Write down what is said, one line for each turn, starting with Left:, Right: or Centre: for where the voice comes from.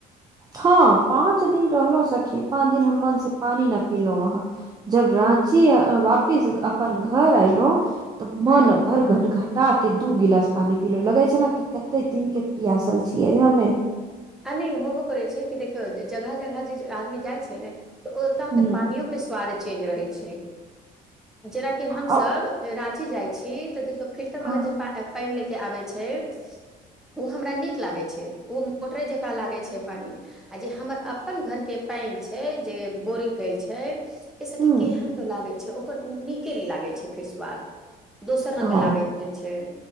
Right: हँ पाँच दिन रहलो सखी पाँच दिन हम मन से पानी नऽ पीलो वहाँ जब राची वापिस अपन घर अयलो तऽ
Centre: हँ
Right: मन भर घट घट पटा के दू गिलास पानी पीलो लगे छै नऽ कि कते दिन के पियासल छियै हमे
Centre: आ नैय होबो करै छै कि देखियौ जगह जगह जे आदमी जाय छै ने तऽ ओत
Right: हँ
Centre: के पानियो के स्वाद चेंज रहै छै जेना की हमसब
Right: ह
Centre: राँची जाइ छी तऽ देखियौ फिल्टर
Right: ह
Centre: बला जे पा ए पइन लेके आबै छैय उऽ हमरा निक लागै छै मोटरे जेकाँ लागे छै पानी आ जे हमर अपन घर के पाइन छै जे बोरिंग काइल छै ए
Right: ह
Centre: सखि केहन लागे छै ओकर नीके नैय लागे छै फेर स्वाद दोसर रंग
Right: हँ
Centre: लागै छै